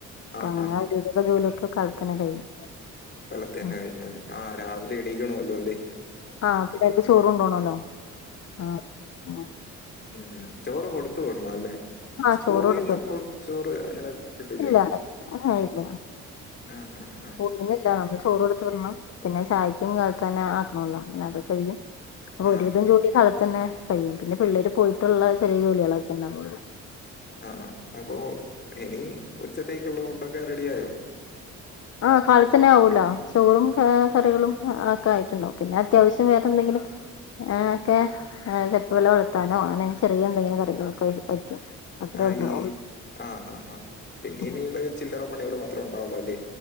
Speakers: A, on the left; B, on the left.
A: അപ്പൊ
B: ആ
A: അങ്ങനെ
B: ആ
A: ദിവസ ജോലിയൊക്കെ അപ്പൊതന്നെ കഴിയും
B: കാലത്തന്നെ
A: ഉം
B: കഴിഞ്ഞാല് ആ രാവിലെ എണീക്കണല്ലോ അല്ലേ
A: ആഹ് പിള്ളേർക്ക് ചോറുണ്ടോ വണല്ലോ ആ ആഹ്
B: ഉം ചോറ് കൊടുത്തു വുടണം അല്ലെ
A: ആ
B: സ്കൂളീന്നപ്പൊ
A: ചോറ് കൊടുത്തു
B: ചോറ് അങ്ങനെ കിട്ടില്ലേ
A: ഇല്ല ആ ഇല്ല
B: ആ ആ
A: സ്കൂളി
B: ആ
A: ചോറ് കൊടുത്ത് വിടണം പിന്നെ ചായക്കും കാലത്ത് തന്നെ ആക്കണല്ലോ പിന്നെ അത് കഴിയും അപ്പൊ
B: ആ
A: ഒരുവിധം ജോലി തന്നെ കഴിയും. പിന്നെ പിള്ളേര് പോയിട്ടുള്ള ചെറിയ ജോലികളൊക്കെ ഇണ്ടാകൊള്ളൂ
B: ആഹ് അപ്പോ ഇനി ഉച്ചത്തേക്കുള്ള ഫുഡൊക്കെ റെഡി ആയോ
A: ആ കാലത്തെന്നെ ആവൂലോ ചോറും ക കറികളും ഒക്കെ ആയിട്ടുണ്ടാവും പിന്നെ അത്യാവശ്യം വേറെ എന്തെങ്കിലും ആ ഒക്കെ ചപ്പുവില വളത്താനോ അങ്ങനെ ചെറിയ എന്തെങ്കിലും കറികളൊക്കെ വയ്ക്കും അത്രേ
B: ആ
A: ഉണ്ടാവുള്ളൂ
B: ഈ ആ ആ ആഹ് പിന്നെനിയിള്
A: ഉം.
B: ചില്ലറ പണികള് മാത്ര ഉണ്ടാവുള്ളൂ അല്ലേ